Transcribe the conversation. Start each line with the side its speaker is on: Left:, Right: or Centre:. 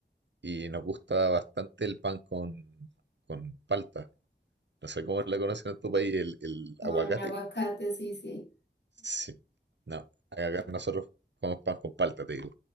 Right: y nos gusta bastante el pan con, con palta. No sé cómo la conocen en tu país, el el
Left: Con
Right: aguacate.
Left: aguacate, sí, sí.
Right: Sí, no, acá nosotros comemos pan con palta, te digo.